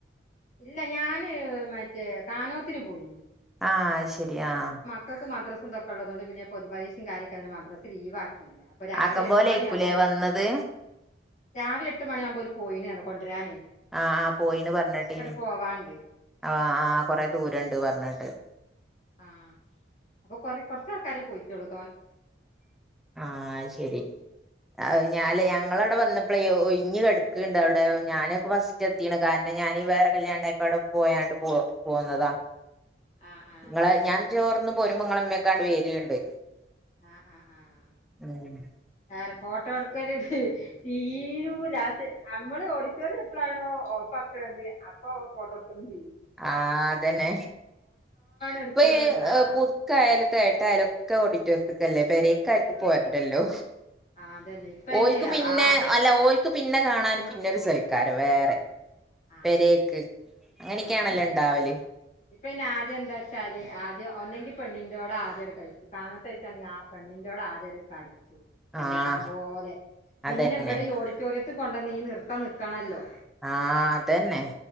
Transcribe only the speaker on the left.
ഇല്ല ഞാന് മറ്റേ കാനോത്തിന് പോയി
മക്കക്ക് മദ്രസതൊക്കള്ളത് കൊണ്ട് പിന്നെ പൊതു പരീക്ഷേ കാര്യക്കെ ആയതോണ്ട് മദ്രസ ലീവാക്കീല്ല. ഇപ്പൊ രാവിലെ
എട്ട്
മണിയാവുമ്പോ
രാവിലെ എട്ട് മണിയാവുമ്പോ ഒരു പോയിന് അറിഞ്ഞു കൊണ്ടരാനേ
പോവാണ്ട്
ആഹ് അപ്പൊ കൊറെ കൊറച്ചാൾക്കാരേ പോയിട്ടുളളൂ
ആഹ് ആഹ്
അത് ശരി
ആഹ് ആഹ് ആഹ്
വേറെ ഫോട്ടോ എടുക്കല് തീരൂല ലാസ്റ്റ് നമ്മള് ഓഡിറ്റോറിയം എപ്പളാണോ ഓഫ് ആക്കണത് അപ് ഇപ്പൊ ഫോട്ടോടുക്കലുതീരും
എടുക്കണെന്നാ
ആഹ്
ആഹ് അതന്നെ ഇപ്പ അയിന്
ആദ്യം
ആഹ്
ആഹ്
ഇപ്പൊ ഇന്നെ ആദ്യം എന്താ വെച്ചാല് ആദ്യ ഒന്നെങ്കി പെണ്ണിന്റോടെ ആദ്യംടു കഴിക്കും പതിനെട്ടു വയസാണെങ്കിൽ ആ പെണ്ണിന്റോട് ആദ്യടു കഴിച്ചും കല്യാണം
പോലെ പിന്നെ
ഇവിടെ ഓടി റ്റോറിയത്തിൽ കൊണ്ടുവന്ന് ഈ നിർത്തം നിൽക്കണല്ലോ